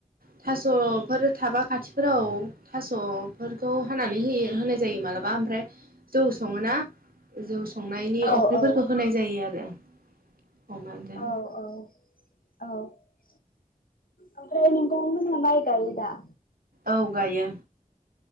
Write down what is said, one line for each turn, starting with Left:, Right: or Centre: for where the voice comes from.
Right: थास' फोर थाबा खाथिफोराव थास'फोरखौ हानानै होयो होनाय जायो मालाबा ओमफ्राय जौ सङोना, जौ संनायनि
Left: औ
Right: अफ्रिफोरखौ
Left: औ
Right: होनाय जायो आरो। अमाजों
Left: औ औ <inaudible> औ। ओमफ्राय नोंथांमोनहा माय गायोदा?
Right: औ गायो।